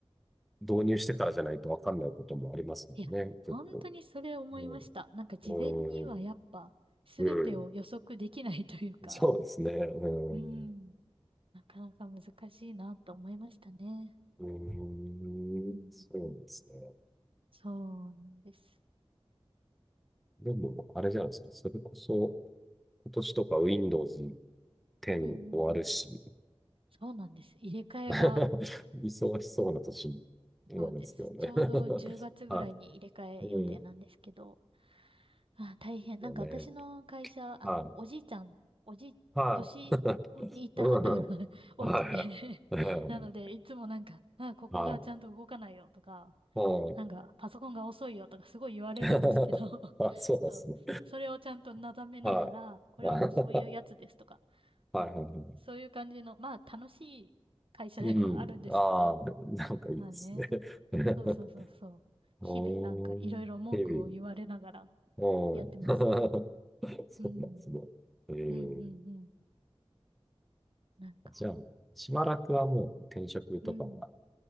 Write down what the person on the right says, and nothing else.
いや、本当にそれ思いました。
なんか事前にはやっぱ全てを予測できないというか、
うん、なかなか難しいなと思いましたね。
うん、うんうん
そうなんです。
うん、
うん、うんうん。そうなんです。入れ替えが、
そうです。ちょうど10月ぐらいに入れ替え予定なんですけど、
あ、大変。なんか私の会社、
あの、おじいちゃん、おじい、
年に行った方が
<laughs> 多くて <laughs>
なので、いつもなんか、あ、ここがちゃんと動かないよとか、
なんか、パソコンが遅いよとかすごい言われるんですけど
<laughs>
そう。それをちゃんとなだめながら、
これはもうそういうやつですとか、
もう、そういう感じの、まあ、楽しい会社ではあるんですけど、
まあね。
そうそうそうそう。
日々なんかいろいろ文句を言われながら
やってます。
うん、
うん、うん、うん。なんか、
うん。